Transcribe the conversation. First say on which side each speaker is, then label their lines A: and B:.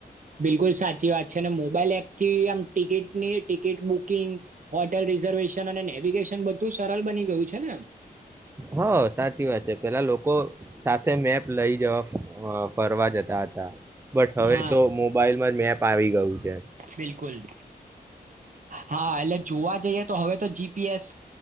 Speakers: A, on the right; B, on the right.
A: બિલકુલ સાચી વાત છે ને મોબાઈલ એપથી આમ ticket net ticket booking, hotel reservation અને નેવિગેશન બધું સરલ બની ગયું છે ને.
B: હા સાચી વાત છે પેલા લોકો સાથે મેપ લઇ જવા અઅ ફરવા જતા હતા. બટ
A: હા,
B: હવે તો મોબાઈલમાં મેપ આવી ગયું છે.
A: બિલકુલ હા એટલે જોવા જઈએ તો હવે તો જીપીએસ